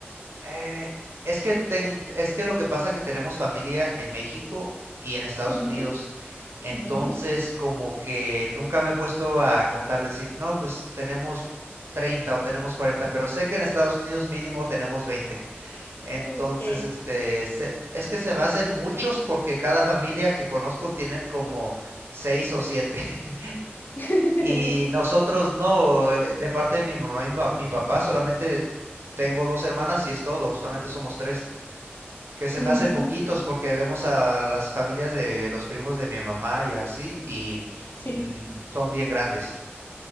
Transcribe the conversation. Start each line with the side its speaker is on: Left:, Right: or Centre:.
Right: eh, es que tengo, es que lo que pasa es que tenemos familia en México y en Estados
Left: Ujú,
Right: Unidos. Entonces,
Left: ujú.
Right: como que nunca me he puesto a contar, decir, no, pues tenemos 30 o tenemos cuarenta pero sé que en Estados Unidos mínimo tenemos veinte Entonces,
Left: Ok.
Right: este, se- es que se me hacen muchos porque cada familia que conozco tienen como 6 o siete <laughs>
Left: <laughs>
Right: Y nosotros no, eh, de parte de mi mamá y mi pa- mi papá, solamente tengo dos hermanas y es todo, solamente somos tres. Que se
Left: Ujú,
Right: me hace poquitos porque vemos a las familias de los primos de mi mamá y así, y
Left: Sí.
Right: mm, son bien grandes.